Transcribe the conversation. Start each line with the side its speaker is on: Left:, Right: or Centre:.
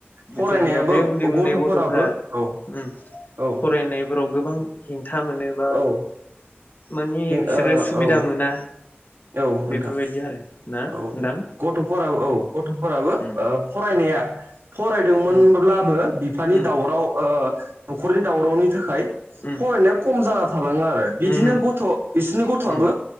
Right: फरायनायाबो
Left: जेनेबा बे उन्दै उन्दै
Right: गथ'फोराबो
Left: गथ'फोरा
Right: औ
Left: ओम
Right: औ
Left: फरायनायफोराव गोबां हेंथा मोनो बा
Right: औ
Left: माने
Right: हें
Left: बिसोरो
Right: ओ
Left: सुबिदा
Right: औ
Left: मोना।
Right: औ नोंथां
Left: बेफोरबायदि आरो। ना
Right: औ
Left: नोंथां
Right: गथ'फोरा औ गथ'फोराबो
Left: उम
Right: ओ फरायनाया फरायदोंमोनब्लाबो
Left: उम
Right: बिफानि
Left: उम
Right: दावराव ओ न'खरनि दावरावनि थाखाय
Left: उम
Right: फरायनाया खम जाना थालाङो आरो बिदिनो
Left: उम
Right: गथ' बिसोरनि गथ'आबो
Left: उम